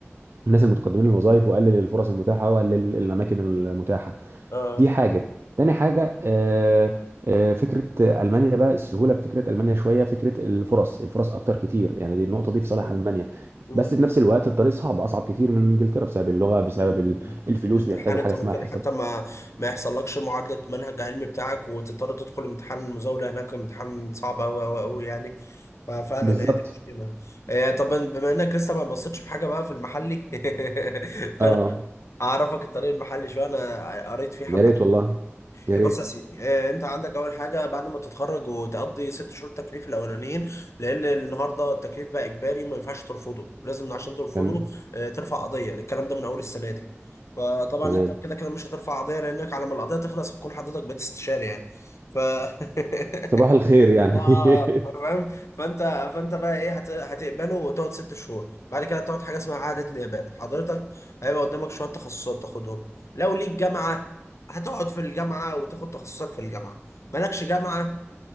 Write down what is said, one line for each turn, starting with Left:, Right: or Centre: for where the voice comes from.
Right: الناس المتقدمين للوظائف واقلل الفرص المتاحه واقلل الاماكن المتاحه
Left: اه
Right: دي حاجه تاني حاجه آه، آه، فكره المانيا بقى السهوله في فكره المانيا شويه فكره الفرص الفرص اكتر كتير يعني دي النقطه دي في صالح
Left: مم.
Right: المانيا
Left: مم.
Right: بس في نفس الوقت الطريق صعب اصعب كتير من انجلترا بسبب اللغه بسبب
Left: مم.
Right: ال- الفلوس
Left: الامتحان
Right: بيحتاجوا
Left: انت
Right: حاجه اسمها
Left: ممكن
Right: حساب
Left: حتى ما ما يحصلكش معادلة منهج علمي بتاعك وتضطر تدخل امتحان المزاولة هناك امتحان صعب أوي أوي أوي يعني ففعلا
Right: بالظبط
Left: هي دي مشكلة آه، طب بما انك لسه ما بصيتش في حاجة بقى في المحلي <laughs> فانا
Right: اه
Left: اعرفك الطريق المحلي شوية انا قريت فيه حبة
Right: يا ريت والله يا
Left: بص
Right: ريت
Left: يا سيدي آه، انت عندك اول حاجه بعد ما تتخرج وتقضي ست شهور تكليف الاولانيين لان النهارده التكليف بقى اجباري وما ينفعش ترفضه لازم عشان ترفضه
Right: تمام
Left: آه، ترفع قضيه الكلام ده من اول السنه دي فطبعا
Right: تمام
Left: انت كده كده مش هترفع قضيه لانك على ما القضيه تخلص هتكون حضرتك بتستشاري يعني ف <laughs>
Right: صباح الخير يعني
Left: اه
Right: <laughs>
Left: فاهم فانت فانت بقى ايه هت- هتقبله وتقعد ست شهور بعد كده تقعد حاجه اسمها اعاده نيابات حضرتك هيبقى قدامك شويه تخصصات تاخدهم لو ليك جامعه هتقعد في الجامعه وتاخد تخصصك في الجامعه مالكش جامعه